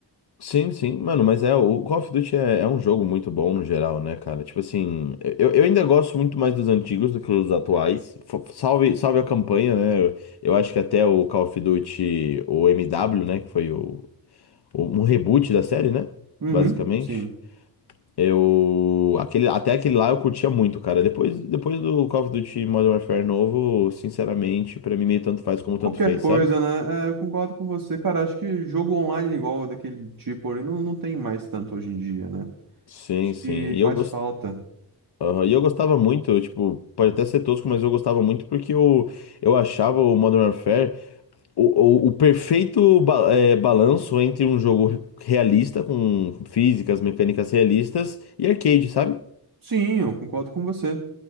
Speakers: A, on the left; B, on the right.
A: Sim, sim, mano, mas é, o Call of Duty é, é um jogo muito bom no geral, né, cara? Tipo assim, eu, eu ainda gosto muito mais dos antigos do que dos atuais. F- Salve, salve a campanha, né? Eu, eu acho que até o Call of Duty, o MW, né, que foi o, o- um reboot da série, né?
B: Uhum,
A: Basicamente.
B: sim.
A: Eu, aquele, até aquele lá eu curtia muito, cara. Depois, depois do Call of Duty Modern Warfare novo, sinceramente, pra mim meio tanto faz como
B: Qualquer
A: tanto fez,
B: coisa,
A: sabe?
B: né? É, eu concordo com você. Cara, acho que jogo online é igual daquele tipo ali não, não tem mais tanto hoje em dia, né?
A: Sim,
B: Acho
A: sim.
B: que
A: E eu
B: faz
A: gos-
B: falta.
A: Aham, E eu gostava muito, tipo, pode até ser tosco, mas eu gostava muito porque eu, eu achava o Modern Warfare o, o, o perfeito ba- é, balanço entre um jogo realista, com físicas, mecânicas realistas, e arcade, sabe?
B: Sim, eu concordo com você.